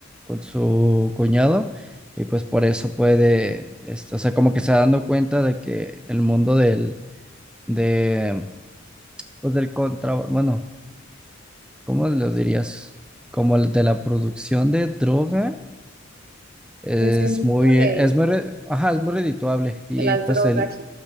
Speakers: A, in the centre; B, on the right.
A: con su cuñado, y pues por eso puede, este, o sea, como que se está dando cuenta de que el mundo del, de, pues del contra, bueno, ¿cómo lo dirías? Como el de la producción de droga, es
B: Pues el mundo
A: muy, es
B: del,
A: muy, re- ajá, es muy redituable, y
B: de las
A: pues
B: drogas.
A: el,